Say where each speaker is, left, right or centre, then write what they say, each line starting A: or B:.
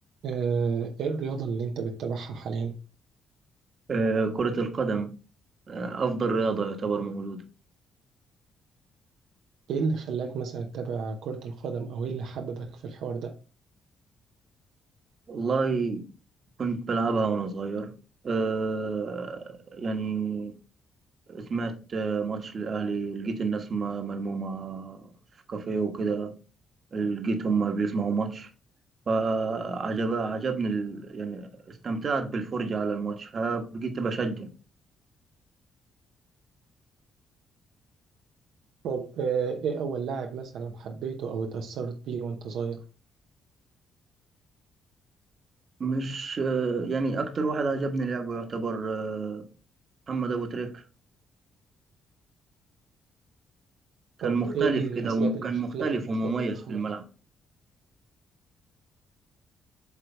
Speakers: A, on the right (about 80°); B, on the right (about 45°).
A: آه، ايه الرياضة اللي انت بتتابعها حاليا؟
B: آه، كرة القدم آه، أفضل رياضة يعتبر موجودة
A: ايه اللي خلاك مثلا تتابع كرة القدم او ايه اللي حببك في الحوار ده؟
B: والله كنت بلعبها وأنا صغير آه، يعني سمعت آه، ماتش الأهلي لقيت الناس م- ملمومة في كافيه وكده لقيت هم بيسمعوا ماتش فعجب عجبني ال- يعني استمتعت بالفرجة على الماتش فبقيت بشجع
A: طب آه، ايه اول لاعب مثلا حبيته او اتأثرت بيه وانت صغير؟
B: مش آه، يعني أكتر واحد عجبني لعبه يعتبر آه، محمد أبو تريك
A: طب
B: كان مختلف
A: ايه الاسباب
B: كده وكان
A: اللي خلتك
B: مختلف
A: تفضل
B: ومميز
A: محمد
B: في الملعب